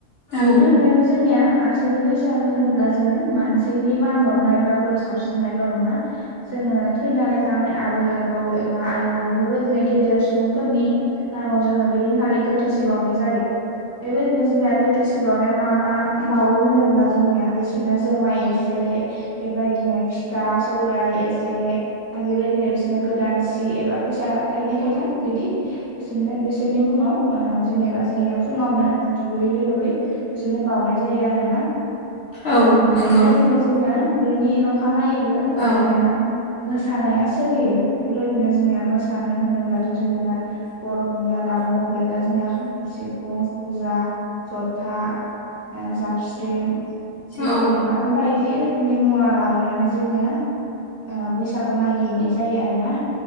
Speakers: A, on the left; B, on the right.
A: औ
B: बेनि अनगायैबो जोंनिया मानसिनि बैसागो होनोब्ला जोङो मानसिनि मान बावनाय बा बोर साबस्रिनायल नङा जोङो थैनानै थांनाय आबै आबौ एबा आयं बेफोरबायदिनो गेदेर सुबुंफोरनि नामाव जोङो बेदिनखालि गोथैसि बावनाय जायो बेबायदिनो जोंनिया गोथैसि बावनाया मा मा बावो होनोब्ला जोंनिया बिसोरनो जोमाय एस से बेबायदिनो फिथा सौराय एसे आरो बेबायदिनो बि नो गोदान सि एबा फैसा थाइनै थाइथाम बिदि बिसोरनो बिसोरनि मुङाव एबा जोंनिया फुङावनो दुगै दै लुबै बिसोरनो बावनाय जायो आरो ना
A: औ नंगौ
B: बेबायदिनो जोंनिया बेनि नखानायैबो
A: औ
B: <unintelligible> मोसानाया सोलियो बेबायदिनो जोंनिया मोसानो होनोब्लाथ जोंनिया बरनिनो दामग्रा देग्रा जोंनिया खाम सि फुं सेरजा जथा ओ जाबस्रिं सिफुं
A: औ औ
B: आरो बाय यदि रोखोमनि मुवा लाबावनानै जोनिया ओ बैसागो मागि हैनाय जायो आरो ना